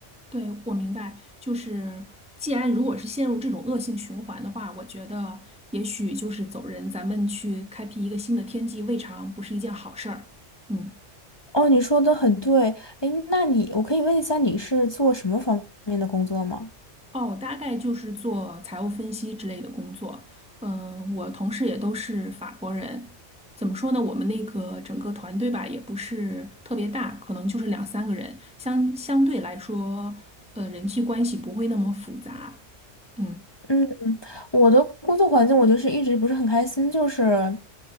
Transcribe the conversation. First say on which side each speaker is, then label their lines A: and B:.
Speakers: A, in the centre; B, on the left (about 20°).
A: 对，我明白，就是既然如果是陷入这种恶性循环的话，我觉得也许就是走人，咱们去开辟一个新的天际，未尝不是一件好事儿。嗯。
B: 哦，你说的很对，哎，那你我可以问一下你是做什么方面的工作吗？
A: 哦，大概就是做财务分析之类的工作。嗯、我同事也都是法国人。怎么说呢？我们那个整个团队吧，也不是特别大，可能就是两三个人，相相对来说，呃，人际关系不会那么复杂。嗯，
B: 嗯，我的工作环境，我就是一直不是很开心，就是